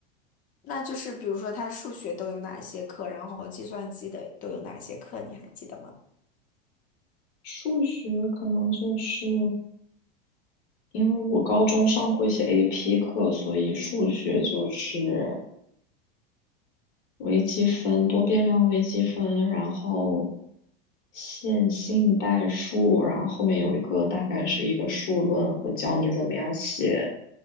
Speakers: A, on the left; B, on the left.
A: 那就是比如说它数学都有哪些课，然后计算机的都有哪些课，你还记得吗？
B: 数学可能就是因为我高中上过一些 AP 课，所以数学就是。微积分、多变量微积分，然后线性代数，然后后面有一个大概是一个数论和教你怎么样写